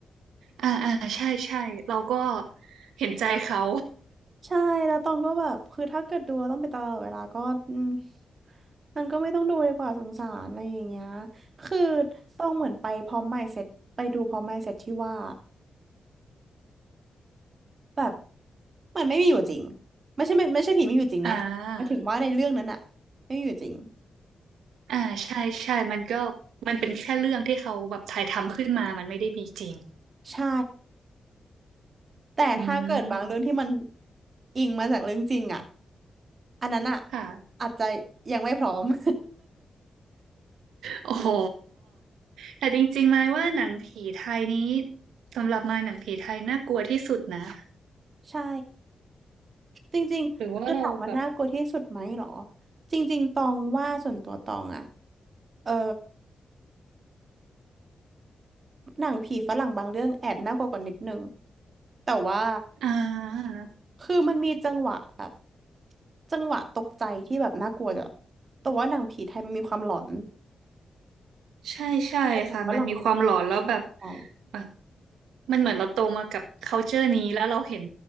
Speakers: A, on the right; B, on the right.
A: อ่าอ่าใช่ใช่เราก็เห็นใจเขา
B: ใช่แล้วตองก็แบบคือถ้าเกิดดูแล้วต้องไปตลอดเวลาก็อืมมันก็ไม่ต้องดูดีกว่าสงสารอะไรอย่างเงี้ยคือต้องเหมือนไปพร้อม mindset ไปดูพร้อม mindset ที่ว่าแบบมันไม่มีอยู่จริงไม่ใช่ไม่ไม่ใช่ผีไม่มีอยู่จริงนะหมายถึงว่าในเรื่องนั้นอะไม่มีอยู่จริง
A: อ่าอ่าใช่ใช่มันก็มันเป็นแค่เรื่องที่เขาแบบถ่ายทำขึ้นมามันไม่ได้มีจริง
B: ใช่แต่ถ้าเกิดบางเรื่องที่มัน
A: อืม
B: อิงมาจากเรื่องจริงอะอันนั้นอะ
A: ค่ะ
B: อาจจะยังไม่พร้อม <laughs>
A: โอ้โหแต่จริงๆไหมายว่าหนังผีไทยนี้สำหรับมายหนังผีไทยน่ากลัวที่สุดนะ
B: ใช่ จริงๆ
A: หรือว่าเราแบบ
B: คือถามว่าน่ากลัวที่สุดไหมเหรอ จริงๆ ตองว่าส่วนตัวตองอะเออหนังผีฝรั่งบางเรื่องแอบน่ากลัวกว่านิดนึงแต่ว่า
A: อ่า
B: คือมันมีจังหวะแบบ จังหวะตกใจที่แบบน่ากลัวจ้ะแต่ว่าหนังผีไทยมันมีความหลอน
A: ใช่ใช่ค่ะมันมีความหลอนแล้วแบบ
B: แต่หนังฝรั่งมันมีความตกใจ
A: แบบมันเหมือนเราโตมากับ culture นี้แล้วเราเห็น